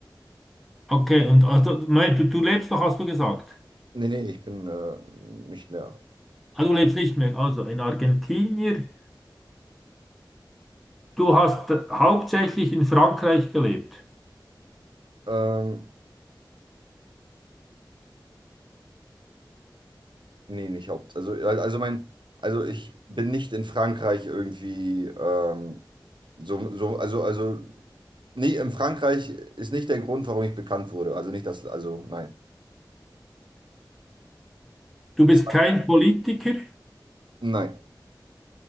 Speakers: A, in the centre; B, on the right.
A: Okay, und also, Moment, du, du lebst noch, hast du gesagt.
B: Nee, nee, ich bin äh, nicht mehr.
A: Ah, du lebst nicht mehr. Also, ein Argentinier, du hast äh, hauptsächlich in Frankreich gelebt.
B: Ähm, Nee, nicht Haupt. Also, also mein, also ich bin nicht in Frankreich irgendwie ähm, so, so, also, also, nee, in Frankreich ist nicht der Grund, warum ich bekannt wurde. Also nicht das, also nein.
A: Du bist
B: Das war,
A: kein Politiker,
B: nein,